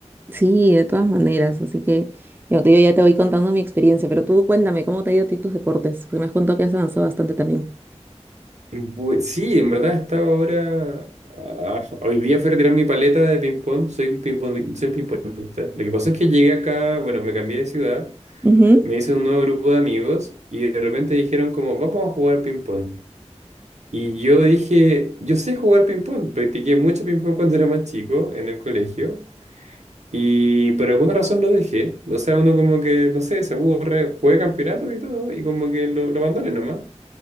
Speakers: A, on the right; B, on the right.
A: Sí, de todas maneras, así que yo te, yo ya te voy contando mi experiencia, pero tú cuéntame cómo te ha ido a ti tus deportes, porque me has contado que has avanzado bastante también.
B: Bu- Sí, en verdad estaba ahora. ah, ah, hoy día fui a retirar mi paleta de ping-pong. Soy un ping-pong, soy ping pongista. Lo que pasó es que llegué acá, bueno, me cambié de ciudad,
A: Ujú.
B: me hice un nuevo grupo de amigos y de repente dijeron como, vamos a jugar ping-pong. Y yo dije, yo sé jugar ping-pong. Practiqué mucho ping-pong cuando era más chico en el colegio y por alguna razón lo dejé. O sea, uno como que, no sé, se aburre, juega campeonatos y todo y como que lo, lo abandoné nomás.